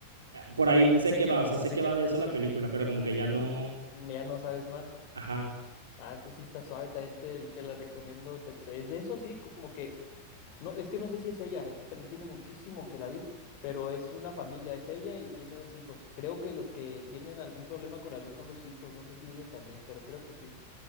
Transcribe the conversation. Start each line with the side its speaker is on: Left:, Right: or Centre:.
Right: Por ahí sé que va, o sea, sé que va de eso la película, pero como que ya
Left: Eh,
Right: no.
Left: ya no sabes más.
Right: Ajá,
Left: Ah, entonces sí está suave, también te, te la recomiendo. Se te- es de eso, sí, como que, no, es que no sé si es ella, es que también tiene muchísimo que la vi, pero es una familia, es ella y tiene dos hijos. Creo que los que tienen algún problema con la luz son los hijos, no sé si ella también, pero creo que sí.